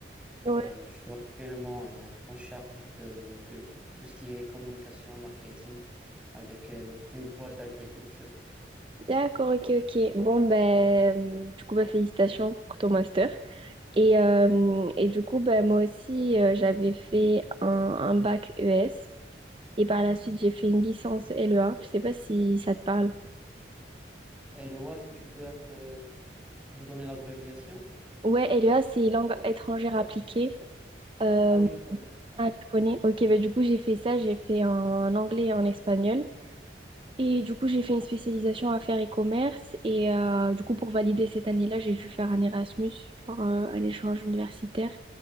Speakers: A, on the right (about 30°); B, in the centre.
A: ouais,
B: Et je suis actuellement euh, en charge de, de tout ce qui est communication, marketing avec euh, une boîte d'agriculture.
A: d'accord, ok, ok. Bon, ben, du coup, ben, félicitations pour ton master. Et, euh, et du coup, ben, moi aussi, euh, j'avais fait un, un bac ES et par la suite, j'ai fait une licence LEA. Je sais pas si ça te parle.
B: Et le WA, si tu peux un peu me donner l'abréviation.
A: Ouais, LEA, c'est langue étrangère appliquée. Euh,
B: Ah oui, je connais. Ouais.
A: ah, tu connais? Ok, bah, du coup, j'ai fait ça. J'ai fait en anglais et en espagnol. Et du coup, j'ai fait une spécialisation affaires et commerce. Et euh, du coup, pour valider cette année-là, j'ai dû faire un Erasmus, genre euh, un échange universitaire.